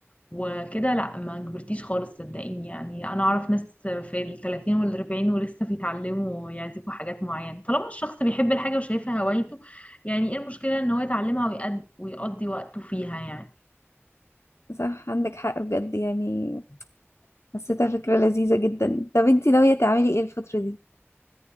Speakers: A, on the left; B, on the left.
A: وكده لا ما كبرتيش خالص صدقيني يعني انا اعرف ناس في الثلاثين والاربعين ولسه بيتعلموا يعزفوا حاجات معينه طالما الشخص بيحب الحاجه وشايفها هوايته يعني ايه المشكله ان هو يتعلمها ويقد- ويقضي وقته فيها يعني
B: <laughs> صح عندك حق بجد يعني حسيتها فكرة لذيذة جدا طب انتي ناوية تعملي ايه الفترة دي؟